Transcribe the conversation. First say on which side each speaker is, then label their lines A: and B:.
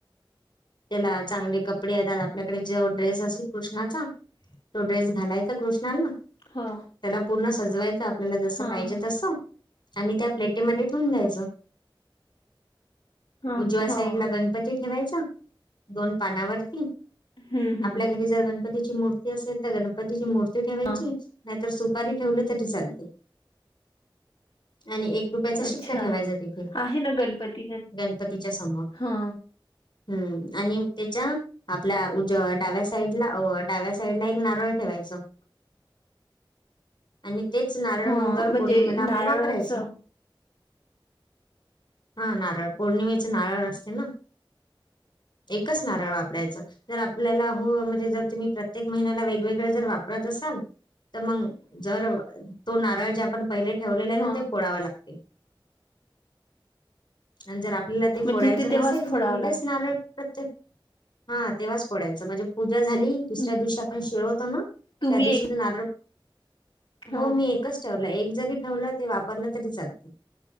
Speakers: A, on the left; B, on the left.
A: त्याला चांगले कपडे येतात आपल्याकडे जो ड्रेस असेल कृष्णाचा तो ड्रेस घालायचा कृष्णाला त्याला
B: हो
A: पूर्ण सजवायचं आपल्याला जसं
B: हा
A: पाहिजे
B: हा
A: तसं आणि त्या प्लेटीमध्ये ठेवून द्यायचं
B: हा
A: उजव्या साईड
B: हो
A: ला गणपती ठेवायचा दोन पानावरती
B: हम्म हम्म
A: आपल्या घरी जर गणपतीची मूर्ती असेल तर गणपतीची मूर्ती ठेवायची
B: हा
A: सुपारी ठेवली तरी चालते आणि एक रुपयाचा शिक्का
B: अच्छा
A: ठेवायचा तिथे
B: आहे ना गणपती गण
A: गणपतीच्या समोर
B: हा
A: हम्म आणि त्याच्या आपल्या उज डाव्या साईडला डाव्या साईड ला एक नारळ ठेवायचा ठेवायचा.
B: <inaudible>
A: आणि तेच नारळ
B: हा
A: मंग दर
B: म्हणजे
A: पौर्णिमेला आपण
B: नारळ
A: वापरायच
B: असं
A: हा नारळ पौर्णिमेचे नारळ असते ना
B: <inaudible>
A: एकच नारळ वापरायचं जर आपल्याला हो म्हणजे जर तुम्ही प्रत्येक महिन्याला वेगवेगळं जर वापरत असाल तर मग जर तो नारळ जे आपण पहिले ठेवलेला आहे
B: हा
A: ना ते फोडाव लागत अंजरा आपला ते
B: म्हणजे
A: फोडायचं
B: तेव्हाच
A: नसेल
B: फोडावं
A: तर मग
B: लागते.
A: तेच नारळ प्रत्येक हा तेव्हाच फोडायचं म्हणजे पूजा झाली दुसऱ्या
B: हं,
A: दिवशी आपण शिळवतो ना
B: तुम्ही
A: त्या दिवशी
B: एक
A: नारळ
B: हा
A: हो मी एकच ठेवलं एक जरी ठेवलं ते वापरलं तरी चालते